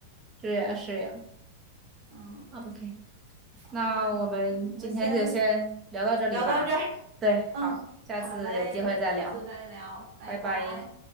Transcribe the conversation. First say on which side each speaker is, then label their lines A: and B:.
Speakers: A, on the right; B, on the right.
A: 是呀，是呀。
B: 嗯，
A: OK，那我们今天就先聊到这里吧。
B: 哎呀，我们先聊到这儿。
A: 对，
B: 嗯，
A: 好，下次有机会再聊，
B: 好嘞，下次再聊，拜拜。
A: 拜拜。